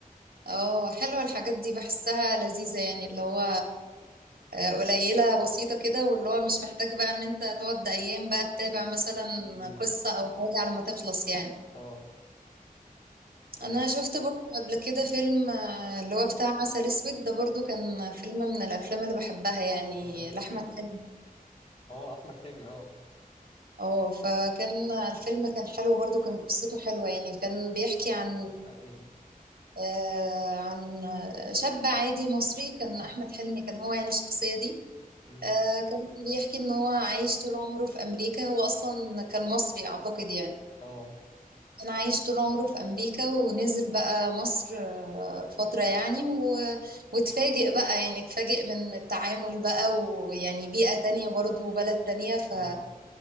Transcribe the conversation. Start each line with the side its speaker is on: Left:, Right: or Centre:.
Right: اه حلوة الحاجات دي بحسها لذيذة يعني اللي هو آه، قليلة بسيطة كده واللي هو مش محتاج بقى ان انت تقعد ايام بقى تتابع مثلا
Left: امم
Right: قصة او حاجة على ما تخلص يعني
Left: اه إيه،
Right: انا شفت برضه قبل كده فيلم آه، اللي هو بتاع عسل اسود ده برضه كان فيلم من الافلام اللي بحبها يعني
Left: عسل اسود
Right: لاحمد حلمي
Left: اه احمد حلمي اه
Right: اه فكان الفيلم كان حلو برضه كان قصته حلوة يعني كان بيحكي عن
Left: بتحكي عن ايه دي
Right: آه، عن شاب عادي مصري كان احمد حلمي كان هو يعني الشخصية دي
Left: امم
Right: آه كان بيحكي ان هو عايش طول عمره في امريكا هو اصلا كان مصري اعتقد يعني
Left: اه
Right: كان عايش طول عمره في امريكا ونزل بقى مصر آه، فترة يعني و... واتفاجئ بقى يعني اتفاجئ من التعامل بقى ويعني بيئة تانية برضو وبلد تانية ف...
Left: امم